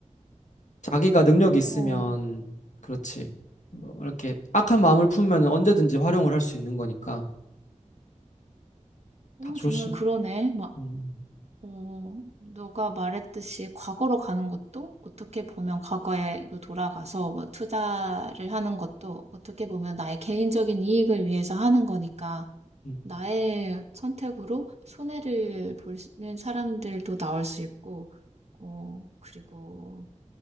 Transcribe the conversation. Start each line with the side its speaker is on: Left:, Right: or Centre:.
Left: 자기가 능력이
Right: 어,
Left: 있으면 그렇지. 뭐 이렇게 악한 마음을 품으면 언제든지 활용을 할 수 있는 거니까
Right: 오,
Left: 다 조심.
Right: 정말 그러네.
Left: 음,
Right: 어, 너가 말했듯이 과거로 가는 것도 어떻게 보면 과거로 돌아가서 뭐 투자를 하는 것도 어떻게 보면 나의 개인적인 이익을 위해서 하는 거니까
Left: 음,
Right: 나의 선택으로 손해를 보는 사람들도 나올 수 있고, 어, 그리고,